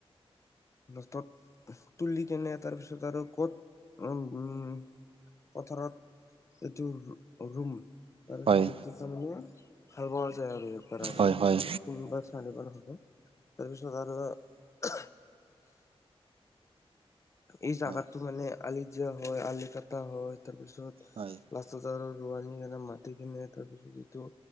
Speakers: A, on the left; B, on the right.
A: লষ্টত তুলি কেনে তাৰ পিছত আৰু ক'ত উ, উম। পথাৰত এইটো ৰুম তাৰপিছত
B: হয়
A: এতিয়া তাৰমানে ভাল বোৱা আৰু এবাৰ আৰু
B: হয়
A: এ,
B: হয়
A: তিনিবাৰ চাৰিবাৰ হ'লে তাৰ পিছত আৰ এই জাগাতটো
B: হয় হয়
A: মানে আলি জিয়া হয়, আলিকাটা হয়, তাৰপিছত
B: হয়
A: লাষ্টাজাৰৰ ৰোৱানি কেনে মাটি কিনে তাৰ পিছত যিটো